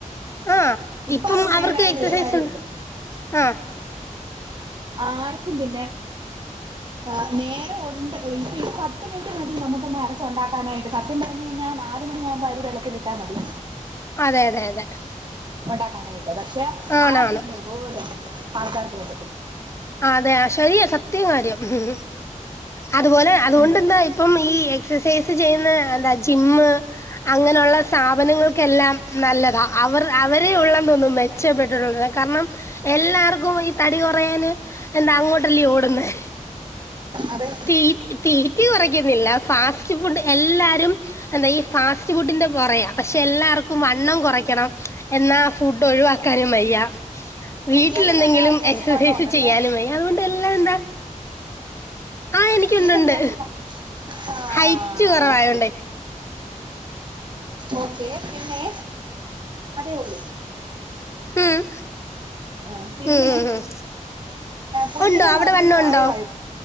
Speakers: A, on the left; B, on the right.
A: ആഹ്
B: ഇപ്പൊ
A: ഇപ്പം
B: അതുകൊണ്ട്
A: അവർക്ക്
B: ഏതായാലും
A: എക്സസൈസ്
B: ഒരു കാര്യമുണ്ട്
A: ഉണ്ട് ആഹ്
B: ആർക്കും പിന്നെ ആ് നേരെ ഉണ്ട് ഇപ്പൊ ഒരു പത്ത് മിനിറ്റ് മതി നമുക്കൊന്ന് അരച്ച ഉണ്ടാക്കാനായിട്ട് സത്യം പറഞ്ഞു കഴിഞ്ഞ നാല് മണി ആകുമ്പൾ അരി വെള്ളത്തിലിട്ടാ മതി
A: അതെ അതെ അതെ
B: ഉണ്ടാക്കാനായിട്ട്. പക്ഷെ
A: ആണാണ്
B: ആദ്യന്നെ ഇപ്പലും ആൾക്കാർക്ക് പറ്റത്തില്ല.
A: ആഹ് അതെ ശെരിയ സത്യം കാര്യം ഉം അതുപോലെ അതുകൊണ്ട്
B: ഉം
A: എന്തായി ഇപ്പം ഈ എക്സസൈസ് ചെയ്യുന്ന എന്താ ജിമ്മ അങ്ങനെള്ള സ്ഥാപനങ്ങൾക്കെല്ലാം നല്ലതാ അവർ അവരെ ഉള്ളെന്ന് തോനുന്നു മേ മെച്ചപ്പെട്ടിട്ടുള്ളത്. കാരണം എല്ലാവർക്കും ഈ തടി കുറയാന് എന്താ അങ്ങോട്ടല്ലേ ഓടുന്നേ
B: അതെ
A: തീ തീറ്റി കുറയ്ക്കുന്നില്ല. ഫാസ്റ്റ് ഫുഡ് എല്ലാരും എന്താ ഈ ഫാസ്റ്റ് ഫുഡിന്റെ പുറകെയാ പക്ഷെ എല്ലാവർക്കും വണ്ണം കുറയ്ക്കണം. എന്നാ ഫുഡ് ഒഴിവാക്ക നും വയ്യ വീട്ടിൽ
B: ഇയാൾക്ക്
A: എന്തെങ്കിലും
B: നല്ല അത്യാവശ്യം
A: എക്സസൈസ്
B: വണ്ണം ഉണ്ടല്ലേ
A: ചെയ്യാനും വയ്യ. അതുകൊണ്ട് എല്ലാം എന്താ ആഹ് എനിക്ക
B: ഇയാൾക്ക്
A: ഇണ്ടണ്ട്
B: അത്യാവശ്യം വ ആ
A: ഹൈറ്റ് കൊറവായോണ്ടേ
B: ഓക്കെ ഓക്കെ പിന്നെ അതേ ഉള്ളൂ.
A: ഉം
B: ആ പിന്നെ
A: ഉം ഉം.
B: കുഞ്ഞിന്
A: ഉണ്ടോ അവിടെ
B: അധികം
A: വണ്ണമുണ്ടോ?
B: പ്രായമായൊ